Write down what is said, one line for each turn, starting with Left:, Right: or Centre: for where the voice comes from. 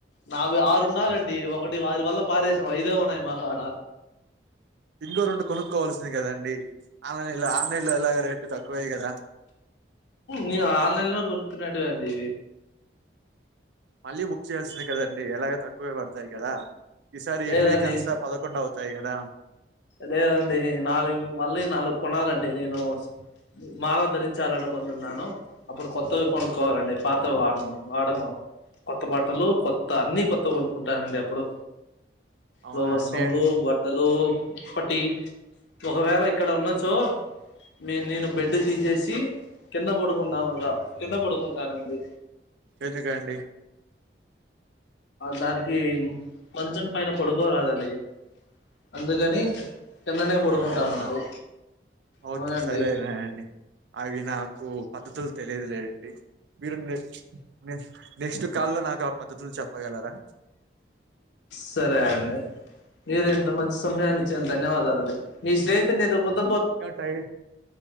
Left: నావి ఆరు ఉండాలిండి ఒకటి వారి వల్ల పారేశాం ఐదే ఉన్నాయి మాకాడ
Right: ఇంగో రెండు కొనుక్కోవాల్సింది కదండి ఆన్లైన్ లో ఆన్లైన్ లో ఎలాగొ రేట్ తక్కువే కదా
Left: నేను ఆన్లైన్ లో కొనుక్కునేట్టు అండి
Right: మళ్ళీ బుక్ చేయాల్సిందే కదండి ఎలాగ తక్కువే పడతాయి కదా ఈసారి
Left: లేదండి
Right: ఎనిమిది కాస్త పదకొండు అవుతాయి గదా
Left: లేదండి నాలుగు మళ్ళీ నాలుగు కొనాలండి నేను మాల ధరించాలనుకుంటున్నాను అప్పుడు కొత్తవి కొనుక్కోవాలండి పాతవి వాడను వాడను కొత్త బట్టలు కొత్త అన్ని కొత్త కొనుకుంటానండి అప్పుడు
Right: అవునా
Left: లో వస్త్రములు
Right: అండి
Left: బట్టలు దుప్పటి ఒకవేళ ఇక్కడ ఉన్నచో మీ నేను బెడ్ తీసేసి కింద పడుకుందాంగా కింద పడుకుంటానండి
Right: ఎందుకండి
Left: దానికి మంచం పైన పడుక్కోరాదండి అందుకని కిందనే పడుకుంటామండి
Right: అవునా ఓకే
Left: అవునండి
Right: సరేనండి అవి నాకు పద్ధతులు తెలియదులేండి మిర్ మిర్ మిర్ నెక్స్ట్ కాల్లో నాకు ఆ పద్ధతులు చెప్పగలరా
Left: సరే అండి మీరు ఇంత మంచి సమయాన్ని ఇచ్చారు ధన్యవాదాలుండి మీ స్నేహితుని ఏదో కొద్ద
Right: ఇంకా టైం